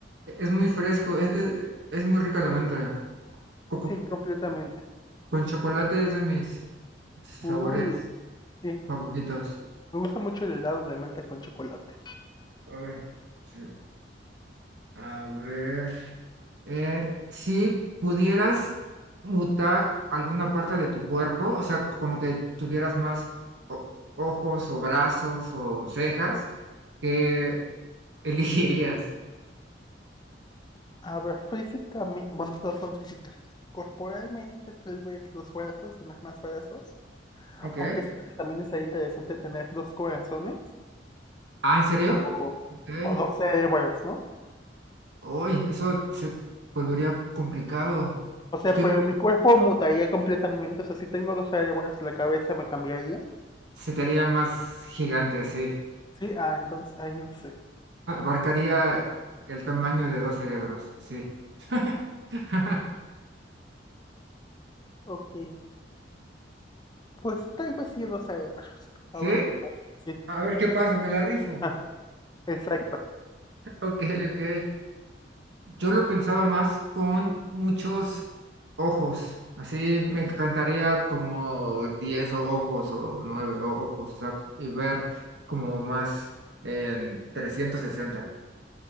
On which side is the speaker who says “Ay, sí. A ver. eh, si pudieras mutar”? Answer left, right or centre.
Right